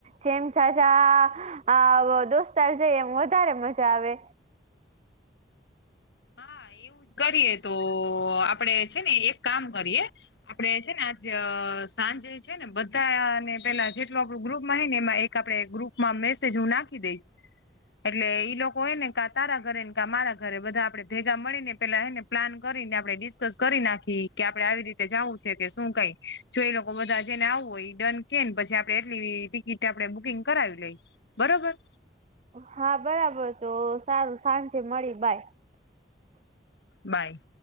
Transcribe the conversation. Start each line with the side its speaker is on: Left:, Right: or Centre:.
Right: જેમ સજા અ દોસ્તાર છે એમ તારે મજા આવે
Left: હા એવું જ કરીએ તો આપડે છે ને એક કામ કરીએ. આપડે છે ને આજ સાંજે છે ને બધાને પેલા જેટલું આપણું ગ્રુપમાં ને એમાં એક આપડે ગ્રુપ માં મેસેજ હું નાખી દઈશ. એટલે ઈ લોકો હોય ને ક તારા ઘરે ને ક મારા ઘરે બધા આપડે ભેગા મળીને પેલા એને પ્લાન કરીને આપણે ડિસ્કસ કરી નાખી કે આપડે આવી રીતે જવું છે કે શું કઈ જો એ લોકો બધા જઈને આવવું હોય ડન કે ને પછી આપડે એટલી ટિકિટ આપડે બુકિંગ કરાવી લઈ. બરોબર
Right: હા બરાબર તો સારું સાંજે મળી બાય
Left: બાય.